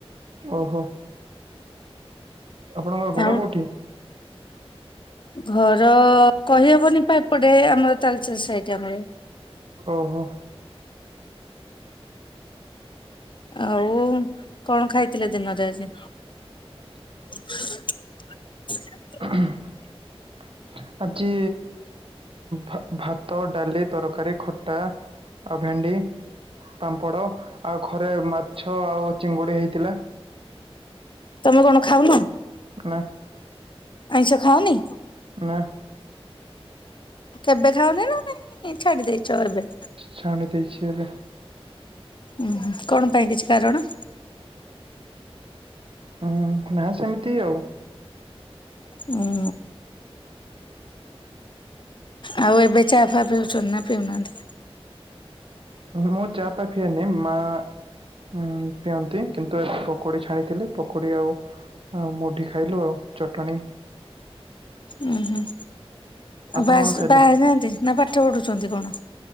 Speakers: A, on the right; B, on the left.
A: ଓହୋ ଆପଣଙ୍କ ଘର
B: ଆଉ
A: କୋଉଠି?
B: ଘର କହିହବନି ପା ଏପଟେ ଆମର ତାଳଚେର୍ ସାଇଟ୍ ଆମର
A: ଓହୋ।
B: ଆଉ କଣ ଖାଇଥିଲେ ଦିନରେ ଆଜି। <unintelligible>
A: <unintelligible> ଆଜି। ଭା-ଭାତ ଡାଲି ତରକାରୀ ଖଟା ଆଉ ଭେଣ୍ଡି। ପାମ୍ପଡ଼ ଆଉ ଘରେ ମାଛ ଆଉ ଚିଙ୍ଗୁଡ଼ି ହେଇଥିଲା।
B: ତମେ କଣ ଖାଉନ।
A: ନା।
B: ଆଇଁଷ ଖାଅନି
A: ନା
B: କେବେ ଖାଉନି ନା ନାଇଁ ଛାଡି ଦେଇେଇଛ ଏବେ
A: ଛାଣି ଦେଇଛି ଏବେ।
B: ଉୁଁ କଣ ପାଇଁ କିଛି କାରଣ।
A: ହୁଁ ନା ସେମିତି ଆଉ
B: ଉଁ <unintelligible> ଆଉ ଏବେ ଚା ଫା ପିଉଛୁନ୍ତି ନା ପିଉନାହାନ୍ତି?
A: ମୁଁ ଚାପ ଫା ପିଏନି ମା ଉଁ ପିଅନ୍ତି କିନ୍ତୁ ଏବେ ପକୋଡ଼ି ଛାଣିଥିଲେି ପକୁଡ଼ି ଆଉ ଆଉ ମୁଢି ଖାଇଲୁ ଆଉ ଚଟଣି।
B: ଉୁଁ ହୁଁ ଆଉ
A: ଆପଣ
B: ବାସ୍-ବାହାହେଇନାହାନ୍ତି
A: କଣ ଖାଇଲେ?
B: ନା ପାଠ ପଢୁଛନ୍ତି କଣ?